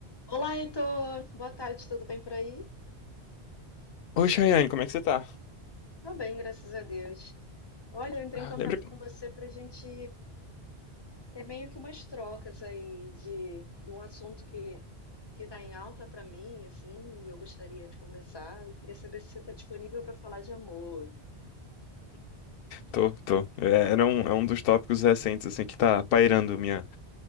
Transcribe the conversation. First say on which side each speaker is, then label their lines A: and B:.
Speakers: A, on the left; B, on the left.
A: Olá, Heitor. Boa tarde, tudo bem por aí?
B: Oi, Chayane, como é que você tá?
A: Tô bem, graças a Deus. Olha, eu entrei
B: Ah,
A: em contato
B: lembra que...
A: com você para gente ter meio que umas trocas aí de, de um assunto que que tá em alta para mim, assim, e eu gostaria de conversar. E queria saber se você tá disponível para falar de amor.
B: Tô, tô. É, era um, é um dos tópicos recentes, assim, que tá pairando minha...